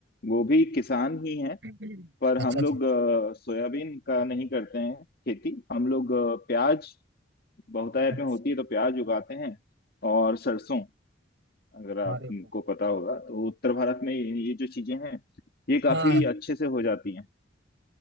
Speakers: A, on the left (about 55°); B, on the right (about 70°).
A: वो भी किसान ही हैं
B: <coughs>
A: पर
B: अच्छा
A: हम लोग अ, सोयाबीन का नहीं करते हैं खेती हम लोग अ, प्याज बहुतायत
B: अच्छा
A: में होती है तो प्याज उगाते हैं और सरसों अगर आपको
B: अरे वाह।
A: पता होगा तो उत्तर भारत में ये ये जो चीजें हैं ये काफी
B: हाँ
A: अच्छे से हो जाती हैं